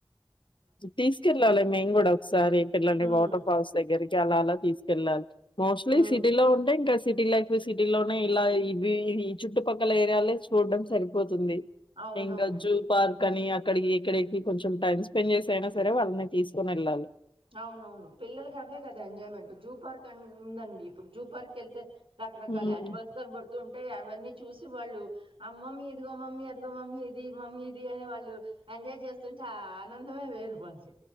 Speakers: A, on the left (about 65°); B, on the right (about 85°).
A: తీసుకెళ్ళాలి మేము కూడ ఒకసారి పిల్లని
B: ఉమ్
A: వాటర్ ఫాల్స్ దగ్గరికి జనాల తీసుకెళ్ళాలి మోస్ట్లీ
B: ఉమ్,
A: సిటీలో ఉంటే ఇంకా సిటీ లైఫ్ సిటీ లోనే ఇలా ఇవి ఈ చుట్టుపక్కల ఏరియాలే చూడ్డం సరిపోతుంది తుంది
B: అవునవునండి
A: ఇంక జూ పార్క్ అని అక్కడి ఇక్కడెకి కొంచం టైమ్ స్పెండ్ చేసైనా సరే వాళ్ళని తీసుకుని వెళ్ళాలి
B: అవునవును పిల్లలకి అవే కదా ఎంజాయ్మెంట్ జూ పార్క్ అ ఉందండి ఇప్పుడు జూ పార్క్ వెళ్తే రకరకాల
A: హ్మ్.
B: యానిమల్స్ కన్ బడ్తు తుంటయి అవన్నీ చూసి వాళ్ళు అమ్మమ్మీ ఇదిగో మమ్మీ అదిగో మమ్మీ ఇది మమ్మీ ఇది అని వాళ్ళు ఎంజాయ్ చేస్తుంటే అ ఆనందమే వేరు మనకి